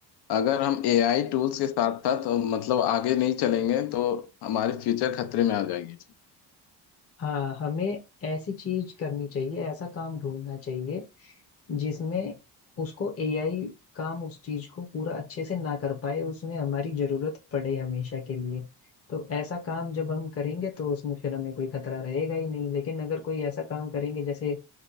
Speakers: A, on the left; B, on the left.
A: अगर हम एआई टूल्स के साथ साथ मतलब आगे नहीं चलेंगे तो हमारे फ्यूचर खतरे में आ जाएगी
B: हाँ हमें ऐसी चीज करनी चाहिए ऐसा काम ढूंढना चाहिए जिसमें उसको एआई काम उस चीज को पूरा अच्छे से ना कर पाए उसमें हमारी जरूरत पड़े हमेशा के लिए तो ऐसा काम जब हम करेंगे तो उसमें फिर हमें कोई खतरा रहेगा ही नहीं लेकिन अगर कोई ऐसा काम करेंगे जैसे